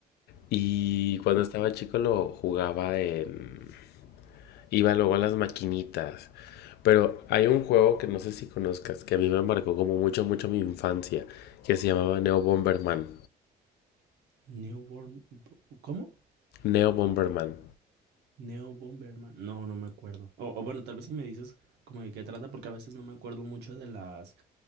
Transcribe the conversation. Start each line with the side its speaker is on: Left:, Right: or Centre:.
Left: Y cuando estaba chico lo jugaba en... Iba luego a las maquinitas. Pero hay un juego que no sé si conozcas, que a mí me marcó como mucho, mucho mi infancia, que se llamaba Neo Bomberman.
Right: Newborn, ¿cómo?
Left: Neo Bomberman.
Right: Neo Bomberman. No, no me acuerdo. O, o bueno, tal vez si me dices como de qué trata, porque a veces no me acuerdo mucho de las